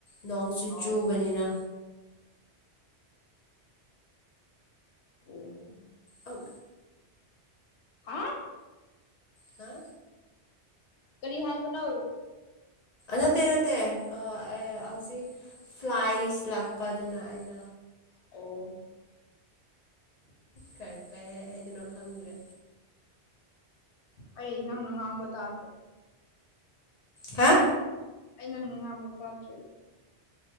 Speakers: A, on the left; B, on the left.
A: ꯅꯣꯡꯁꯨ
B: ꯑꯣ
A: ꯆꯨꯕꯅꯤꯅ
B: ꯑꯣ
A: ꯑꯧ
B: ꯍꯥ
A: ꯍꯥ
B: ꯀꯔꯤ ꯍꯥꯏꯕꯣꯂꯣ
A: ꯅꯠꯇꯦ ꯅꯠꯇꯦ ꯍꯧꯖꯤꯛ ꯐ꯭ꯂꯥꯏꯁ ꯂꯥꯛꯄꯗꯨꯅ ꯑꯩꯅ
B: ꯑꯣ
A: ꯀ ꯍꯥꯏꯗꯣꯏꯅꯣ ꯈꯪꯗ꯭ꯔꯦ
B: ꯑꯩ ꯅꯪ ꯉꯥꯡꯕꯠꯇꯥꯗ꯭ꯔꯦ
A: ꯍꯥ
B: ꯑꯩ ꯅꯪꯅ ꯉꯥꯡꯕ ꯇꯥꯗ꯭ꯔꯤ